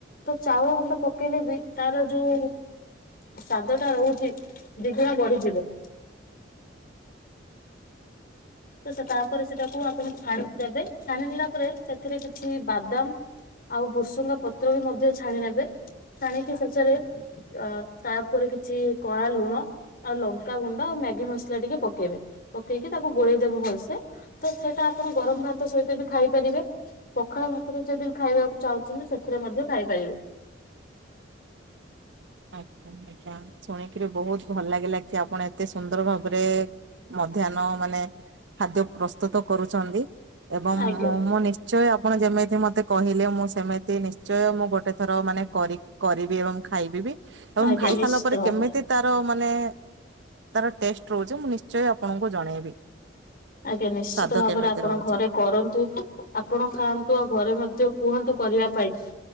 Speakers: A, on the left (about 50°); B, on the right (about 70°).
A: ତ ଚାଉଳ ଗୁଣ୍ଡ ପକେଇଲେ ବି ତାର ଯୋଉ ସ୍ଵାଦଟା ରହୁଚି ଦିଗୁଣା ବଢିଯିବ। ତ ସେ ତାପରେ ସେଟାକୁ ଆପଣ ଛାଣିଦେବେ ଛାଣିଦେଲା ପରେ ସେଥିରେ କିଛି ବାଦାମ ଆଉ ଭୁସୁଙ୍ଗା ପତ୍ର ବି ମଧ୍ୟ ଛାଣିନେବେ ଛାଣିକି ଶେଷରେ ଅ-ତାପରେ କିଛି କଳା ଲୁଣ ଆଉ ଲଙ୍କା ଗୁଣ୍ଡ ଆଉ ମ୍ୟାଗି ମସଲା ଟିକେ ପକେଇବେ ପକେଇକି ତାକୁ ଗୋଳେଇ ଦେବୁ ଭଲସେ ତ ସେଇଟା ଆପଣ ଗରମ ଭାତ ସହିତ ବି ଖାଇପାରିବେ। ପଖାଳ ଭାତରେ ଯଦି ବି ଖାଇବାକୁ ଚାହୁଁଛନ୍ତି ସେଥିରେ ମଧ୍ୟ ଖାଇପାରିବେ। <inaudible>
B: ଆଚ୍ଛା ଶୁଣିକିରି ବହୁତ ଭଲ ଲାଗିଲା କି ଆପଣ ଏତେ ସୁନ୍ଦର ଭାବରେ ମଧ୍ୟାହ୍ନ ମାନେ ଖାଦ୍ୟ ପ୍ରସ୍ତୁତ କରୁଛନ୍ତି। ଏବଂ
A: ଆଜ୍ଞା
B: ମୁଁ ନିଶ୍ଚୟ ଆପଣ ଯେମିତି ମତେ କହିଲେ ମୁଁ ସେମିତି ନିଶ୍ଚୟ ମୁଁ ଗୋଟେ ଥର ମାନେ କରିବି ଏବଂ ଖାଇବ ଏବଂ
A: ଆଜ୍ଞା
B: ଖାଇ
A: ନିଶ୍ଚିତ
B: ସାରିଲା ପରେ
A: ଭାବରେ
B: କେମିତି ତାର ମାନେ ତାର ଟେଷ୍ଟ ରହୁଛି ମୁଁ ନିଶ୍ଚୟ ଆପଣଙ୍କୁ ଜଣେଇବି।
A: ଆଜ୍ଞା ନିଶ୍ଚିତ
B: ସ୍ଵାଦ
A: ଭାବରେ
B: କେମିତି
A: ଆପଣ
B: ରହୁଛି।
A: ଘରେ କରନ୍ତୁ ଆପଣ ଖାଆନ୍ତୁ ଆଉ ଘରେ ମଧ୍ୟ କୁହନ୍ତୁ କରିବା ପାଇଁ।